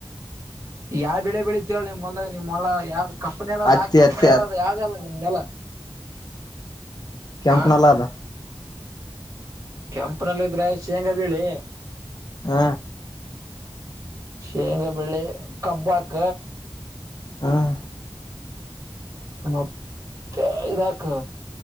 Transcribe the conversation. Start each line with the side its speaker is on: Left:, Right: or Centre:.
Right: ಯಾ ಬೆಳೆ ಬೆಳಿತಿರೋ ನಿಮ್ ಹೊಲ್ದಾಗ್ ನಿಮ್ ಹೊಲ ಯಾವ್ದ್ ಕಪ್ ನೆಲದ
Left: ಹತ್ತಿ
Right: ಕೆಂಪ್
Left: ಹತ್ತಿ
Right: ನೆಲದ
Left: ಹತ್
Right: ಯಾವ್ದ್ ಅದ ನಿಮ್ ನೆಲ?
Left: ಕೆಂಪ್
Right: ಹ
Left: ನೆಲ ಅದ.
Right: ಕೆಂಪ್ ನೆಲ ಇದ್ರೆ ಶೇಂಗಾ ಬೆಳಿ.
Left: ಆ
Right: ಶೇಂಗ ಬೆಳಿ ಕಬ್ ಹಾಕ
Left: ಹಾಂ
Right: ಮತ್ತೆ ಇದಾಕ